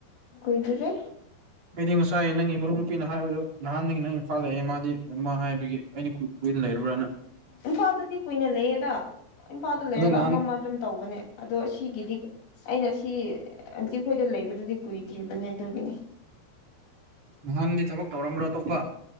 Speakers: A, on the left (about 75°); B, on the right (about 40°).
A: ꯀꯣꯏꯗꯔꯦ
B: ꯑꯩꯗꯤ ꯉꯁꯥꯏ ꯅꯪꯒꯤ ꯃꯔꯨꯞ ꯅꯨꯄꯤꯅ ꯍꯥꯏꯕꯗꯨꯣ ꯅꯍꯥꯟꯗꯒꯤ ꯅꯪ ꯏꯝꯐꯥꯜ ꯂꯩꯑꯦ ꯃꯥꯗꯤ ꯀꯃ ꯍꯥꯏꯕꯒꯤ ꯑꯩꯅ ꯀꯨꯏꯅ ꯂꯩꯔꯕ꯭ꯔꯅ
A: ꯏꯝꯐꯥꯜꯗꯗꯤ ꯀꯨꯏꯅ ꯂꯩꯌꯦꯗ ꯏꯝꯐꯥꯜꯗ ꯂꯩꯔꯒ
B: ꯑꯗꯣ ꯅꯍꯥꯟ
A: ꯑꯃ ꯑꯃ ꯑꯗꯨꯝ ꯇꯧꯕꯅꯦ ꯑꯗꯣ ꯁꯤꯒꯤꯗꯤ ꯑꯩꯅ ꯁꯤ ꯑꯟꯇꯤ ꯑꯩꯈꯣꯏꯗ ꯂꯩꯕꯗꯨꯗꯤ ꯀꯨꯏꯗ꯭ꯔꯤꯕꯅꯦ ꯑꯗꯨꯒꯤꯅꯦ
B: ꯅꯍꯥꯟꯗꯤ ꯊꯕꯛ ꯇꯧꯔꯝꯕ꯭ꯔꯣ ꯑꯇꯣꯞꯄ